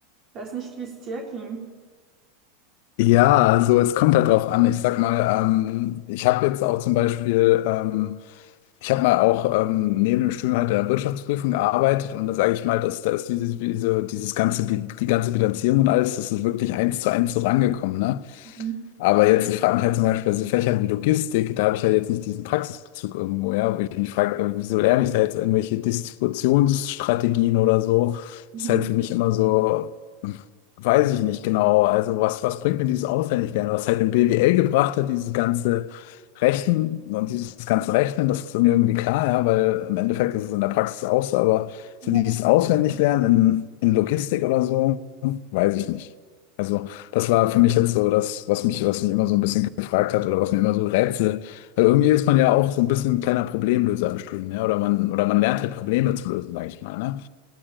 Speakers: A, on the right (about 40°); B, on the left (about 60°).
A: Ich weiß nicht, wie es dir ging.
B: Ja, also es kommt halt drauf an. Ich sag mal, ähm, ich habe jetzt auch zum Beispiel, ähm, ich habe mal auch ähm, neben dem Studium halt in der Wirtschaftsprüfung gearbeitet und da sage ich mal, dass da ist dieses, diese, dieses ganze, Bi- die ganze Bilanzierung und alles, das ist wirklich eins zu eins so rangekommen, ne?
A: Mhm.
B: Aber jetzt, ich frage mich halt zum Beispiel bei so Fächern wie Logistik, da habe ich halt jetzt nicht diesen Praxisbezug irgendwo, ja, wo ich mich frage, wieso lerne ich da jetzt irgendwelche Distributionsstrategien oder so?
A: Mhm.
B: Ist halt für mich immer so, hm, weiß ich nicht genau. Also was, was bringt mir dieses Auswendiglernen? Was halt im BWL gebracht hat, dieses ganze Rechnen und dieses ganze Rechnen, das ist mir irgendwie klar, ja, weil im Endeffekt ist es in der Praxis auch so, aber
A: Ja,
B: so dieses Auswendiglernen in, in Logistik oder so, weiß ich nicht. Also das war für mich jetzt so das, was mich, was mich immer so ein bisschen gefragt hat oder was mir immer so rätselt. Weil irgendwie ist man ja auch so ein bisschen ein kleiner Problemlöser im Studium, ja Oder man, oder man lernt halt Probleme zu lösen, sage ich mal, ne?